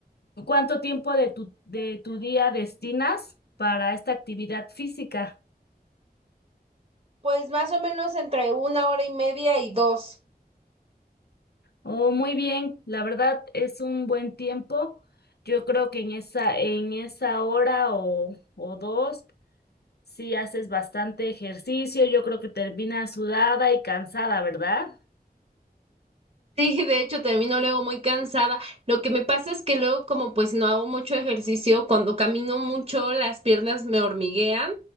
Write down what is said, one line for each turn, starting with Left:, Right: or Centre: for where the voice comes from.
Left: ¿cuánto tiempo de tu, de tu día destinas para esta actividad física?
Right: pues más o menos entre una hora y media y dos.
Left: Oh, muy bien, la verdad es un buen tiempo. Yo creo que en esa, en esa hora o, o dos, si haces bastante ejercicio, yo creo que terminas sudada y cansada, ¿verdad?
Right: Sí, de hecho termino luego muy cansada. Lo que me pasa es que luego como pues no hago mucho ejercicio, cuando camino mucho las piernas me hormiguean,